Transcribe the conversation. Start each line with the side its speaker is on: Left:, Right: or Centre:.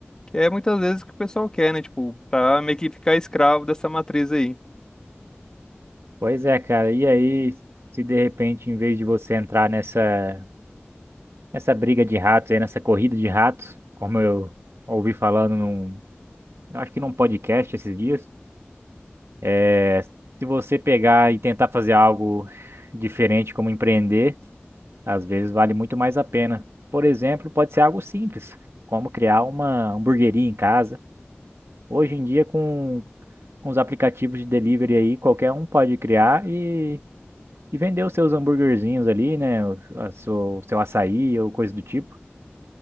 Left: que é muitas vezes o que o pessoal quer, né? Tipo, pra meio que ficar escravo dessa matriz aí.
Right: Pois é, cara. E aí, se de repente, em vez de você entrar nessa nessa briga de ratos aí, nessa corrida de ratos, como eu ouvi falando num, acho que num podcast esses dias, é, se você pegar e tentar fazer algo diferente, como empreender Às vezes vale muito mais a pena. Por exemplo, pode ser algo simples, como criar uma hamburgueria em casa. Hoje em dia, com, com os aplicativos de delivery aí, qualquer um pode criar e, e vender os seus hambúrguerzinhos ali, né? O, a seu, o seu açaí ou coisa do tipo.